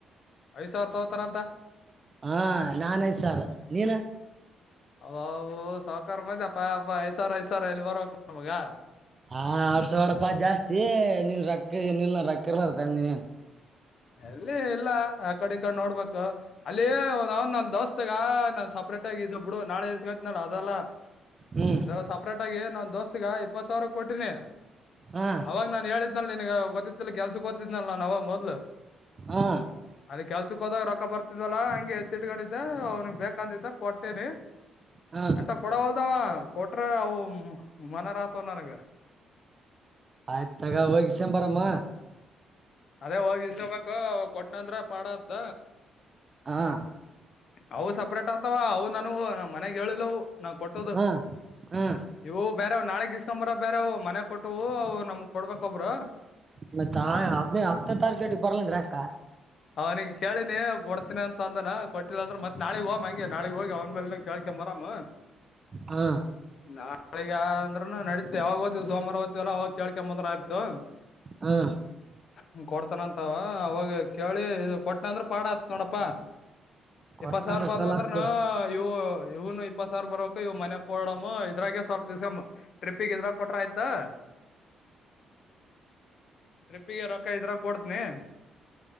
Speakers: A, on the left (about 55°); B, on the right (about 30°).
A: ಐದು ಸಾವಿರ ತಗೋತಾರ ಅಂತ
B: ಹಾ ನನ್ ಐದು ಸಾರ್ ನೀನ
A: ಅ ಸಾವಕಾರ ಮಂದ ಅಪ್ಪ ಅ ಐ ಸಾವಿರ ಐದ ಸಾವರ ಎಲ್ಲಿ ಬರಕ್ ನಮಗ
B: ಹಾ ಅಡ್ಸ ಅಡಪ ಜಾಸ್ತಿ ನೀನ್ ರೊಕ್ಕ ನಿಲ್ ರೊಕ್ಕಲ್ಲ ಬರ್ತ ನೀನ್ ನ್
A: ಎಲ್ಲಿ ಇಲ್ಲ ಆ ಕಡೆ ಈ ಕಡೆ ನೋಡ್ಬೇಕು ಅಲ್ಲಿ ಅವನ್ ನನ್ ದೋಸ್ತಗ ನಾನ್ ಸಪ್ರೇಟ ಆಗ ಇದ್ ಬಿಡು ನಾಳೆ ಇಸ್ತ್ನ ಅದಲ್ಲ
B: ಹ್ಮ್
A: ಇ ಸಪ್ರೇಟ್ ಆಗಿ ನಾನ್ ದೋಸ್ತಗ ಇಪ್ಪತ್ ಸಾವಿರ ಕೊಟ್ರೀನಿ
B: ಹಾ
A: ಅವಾಗ ನಾನ್ ಹೇಳಿದ್ನಲ್ ನಿನ್ಗೆ ಗೊತ್ತಿತ್ತಿಲ್ಲ ಕೆಲ್ಸಕ್ ಗೊತ್ತಿದ್ನಲ್ ನಾನ್ ಅವಾಗ ಮೊದ್ಲು
B: ಹಾ
A: ಅದ ಕೆಲ್ಸಕ್ ಹೋದಾಗ ರೊಕ್ಕ ಬರ್ತಿದ್ವಲ್ಲ ಹಂಗೆ ಎದತ್ತಿಟ್ಕೊಂಡಿದ್ದ ಅವ್ನಿಗೆ ಬೇಕಂತಿದ್ದ ಕೊಟ್ಟೇನಿ
B: ಹಾ
A: ಅಂಂತ ಕೊಡ ಹೊಲ್ದಾವ ಕೊಟ್ರ ಅವು ಮನರ ಆತವ ನನಗ
B: ಆಯ್ತ ತಗ ಹೋಗಸಂಬಾರಮ್ಮ
A: ಅದೇ ಹೋಗಿ ಇಸ್ಕೊಬೇಕ ಕೊಟ್ಟನಂದ್ರ ಪಾಡದ
B: ಹಾ
A: ಅವು ಸಪ್ರೇಟ್ ಆತವ ಅವು ನಾನು ನಮ್ಮ್ ಮನೆಗ್ ಹೇಳಿಲ್ಲವು ನಾ ಕೊಟ್ಟೋದು
B: ಹಾ ಹಾ
A: ಇವು ಬೇರೆ್ ನಾಳೆ ಗೀಸ್ಕೊಂಬರ ಬೇರೆ ಮನೆ ಕೊಟ್ಟವು ಅವು ನಮಗ್ ಕೊಡ್ಬೇಕ ಒಬ್ರ
B: ಮತ್ತತ್ ಹದ್ ಹತ್ತನೇ ತಾರೀಕೇಟಿಗೆ ಬರ್ಲಾನ್ ಅಕ್ಕ
A: ಅವ್ನಿಗೆ ಕೇಳಿನಿ ಕೊಡ್ತೀನಿ ಅಂತ ಅಂದನ ಕೊಟ್ಟಿಲ್ಲ ಅಂದ್ರ ಮತ್ತತ್ ನಾಳಗ್ ಹೋಗ್ ಹಂಗೆ ನಾಳಗ್ ಹೋಗಿ ಅವ್ನ್ ಬ ಕೇಕೊಂಬರಾಮ್
B: ಹಾ
A: ನಾಳಗ ಅಂದ್ರನು ನಡಿತತ ಯಾವಾಗಓದ್ತಿವಿ ಸೋಮವಾರ ಓ್ತಿವಲ್ಲ ಅವಾಗ ಕೇಳ್ಕೊಂಬಂದ್ರ ಆಗ್ತು
B: ಹಾ
A: ಹ್ಮ ಕೊಡ್ತಾನಂತವ ಅವಾಗ ಕೇಳಿ ಇ ಕೊಟ್ನ ಅಂದ್ರ ಪಾಡ ಆತ್ ನೋಡಪ್ಪಾ
B: ಕೊಟ್ನಂದ್ರ
A: ಇಪ್ಪತ್ ಸಾವಿರ ಬಂದ
B: ಚಲೋ
A: ಅಂದ್ರ
B: ಆತ್ ಬಿಡು
A: ಇವು ಇವನು ಉಪ್ಪ ಸರ್ ಬರಕ ಇವ್ ಮನೆ ಕೊ ಡಮ್ಮ ಇದ್ರಾಗೆ ಸ್ವಲ್ಪ್ ಟ್ರಿಪ್ಪಿಗೆ ಇದ್ರಾಗ ಕೊಟ್ರ ಆಯ್ತಾ
B: <inaudible>
A: ಟ್ರಿಪ್ಪಿಗೆ ರೊಕ್ಕ ಇದ್ರ ಕೊಡ್ತನಿ